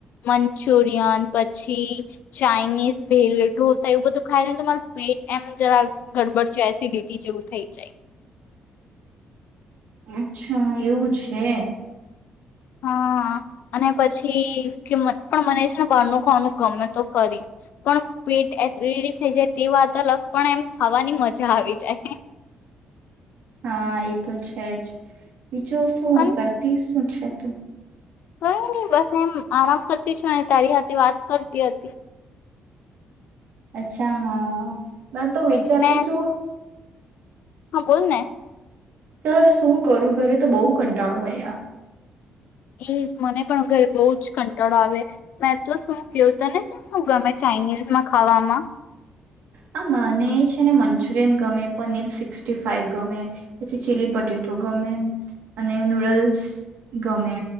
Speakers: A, on the left; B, on the right.
A: મંચુરિયન પછી ચાાઈનીઝ ભેલ, ઢોસા એવું બધું ખાય ને તો તમારું પેટ એમ જરાક ગડબડ છે એસિડિટી જેવું થઈ જાય.
B: અચ્છા, એવું છે?
A: હા, અને પછી પણ કે મને છે ને બહારનું ખાવાનું ગમે તો કરી પણ પેટ એસિડટી થઈ જાય તે વાત અલગ પણ એમ ખાવાની મજા આવી જાય.
B: હા, એ તો છે જ. <unintelligible> શું હું
A: પણ
B: કરતી અચ્છા તો
A: કઈ નહી બસ એમ આરામ કરતી છું અને તારી સાથે વાત કરતી હતી.
B: અચ્છા, હા. મેં તો વિચારતી
A: મેં
B: છું.
A: હા, બોલને.
B: તો શું કરું ઘરે તો બહુ કંટાળો હોય યાર.
A: એજ મને પણ ઘરે બહુ જ કંટાળો આવે. મેં તો શું કેવું તને શું શું ગમે ચાઇનીઝમાં ખાવામાં
B: હા મને છે ને મંચુરિયન ગમે, પનીર સિક્સટીફાઈ ગમે પછી ચીલી પટેટો ગમે અને નુડલ્સ ગમે